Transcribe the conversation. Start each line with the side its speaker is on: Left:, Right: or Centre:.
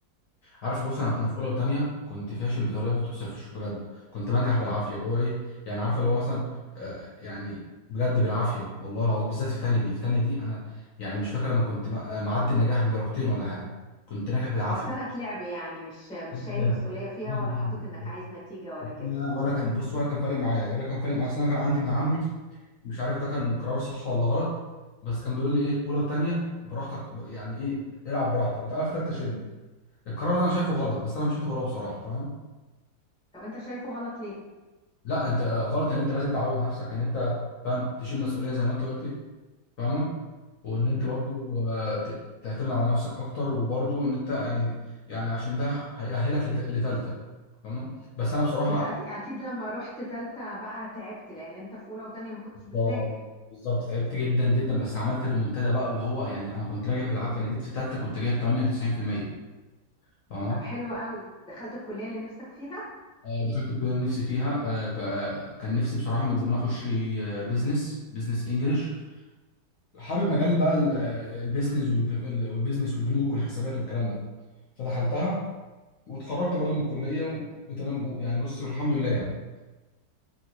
Left: عارف بص انا انا في اولى وثانيه كنت فاشل بطريقه ما تتوصفش بجد كنت بنجح بالعافيه اللي هو ايه يعني عارف اللي هو مثلا آه، يعني بجد بالعافيه والله العظيم بالذات في ثانيه دي في ثانيه دي انا يعني مش فاكر انا كنت م- آه، معدي النجاح بدرجتين ولا حاجه كنت ناجح بالعافيه
Centre: اه سنة لعب يعني مش مش
Left: جدا
Centre: شايل مسؤولية فيها
Left: جدا
Centre: ولا حاطط انك عايز نتيجة ولا كده
Left: لا، ولا كان بص ولا كان فارق معايا ولا كان فارق معايا اصل انا كان عندي ابن عمي مش عارف ده كان قرار صح ولا غلط بس كان بيقول لي ايه اولى وثانيه براحتك يعني ايه العب براحتك وتعالى في ثالثه شيل القرار ده انا شايفه غلط بس انا مشيت وراه بصراحه فاهم
Centre: طب انت شايفه غلط ليه؟
Left: لا انت غلط ان انت لازم تعود نفسك ان انت فاهم تشيل مسؤوليه زي ما انت قلتي فاهمه وان انت
Centre: امم
Left: برضو آه، ت- تعتمد على نفسك اكتر وبرضو ان انت يعني يعني عشان ده هيأهلك لثالثه فاهمه بس انا بصراحه
Centre: وانت أك... اكيد لما رحت تالتة بقى تعبت لان انت في اولى وتانية ما كنتش
Left: بالظبط
Centre: بتذاكر
Left: بالظبط تعبت جدا جدا بس عملت ريمونتادا بقى اللي هو يعني انا كنت راجع بالعافيه انا جيت في ثالثه كنت جايب 98% فاهمه
Centre: طب حلو قوي دخلت الكلية اللي نفسك فيها
Left: آه، دخلت الكليه اللي نفسي فيها آه، ك- آه، كان نفسي بصراحه من زمان اخش آه، بيزنس بيزنس انجلش حابب مجال بقى ال- آه، البيزنس والب- ال- والبيزنس والبنوك والحسابات والكلام ده فدخلتها واتخرجت برضو من الكليه و- وتمام يعني بص والحمد لله يعني